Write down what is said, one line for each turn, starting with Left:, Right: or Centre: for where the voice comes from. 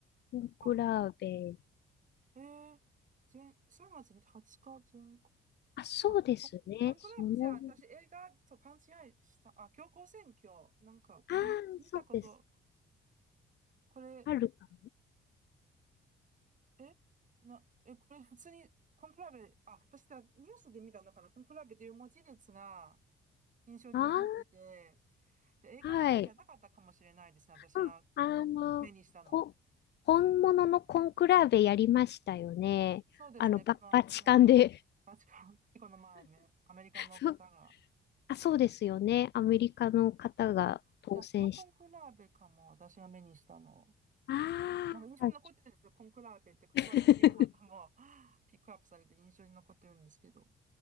Left: コンクラーベ、
Right: あ、えー、前、3月20日全国、
Left: あ、そうですね。
Right: あ、コン、コンクラーベ、
Left: その、
Right: じゃあ、私映画と勘違いした、あ、強行選挙、なんか、
Left: ああ、
Right: き、見たこと、
Left: そうです。
Right: これ、
Left: あるか
Right: えな、え、これ普通に、コンクラーベ、あ、私だ、ニュースで見たのかな、コンクラーベという文字列が、印象に残ってて、
Left: な。あ
Right: じゃあ映画の方じゃなかったかもしれないですね、
Left: あ、はい。
Right: 私が
Left: うんあの、
Right: 目にしたのは。
Left: ほ、本物のコンクラーベやりましたよね。
Right: そうですね、
Left: あの、バ、
Right: この、
Left: バチカンで。
Right: この前、バチカン、この前ね、アメリカの方が、
Left: <laughs> そう、あ、そうですよね。アメリカの方が当選し、
Right: あ、じゃあそのコンクラーベかも、私が目にしたの。
Left: ああ、
Right: なんか印象に残ってるんですよ、コンクラーベって言葉だけがもうピックアップされて印象に残ってるんですけど。
Left: <laughs>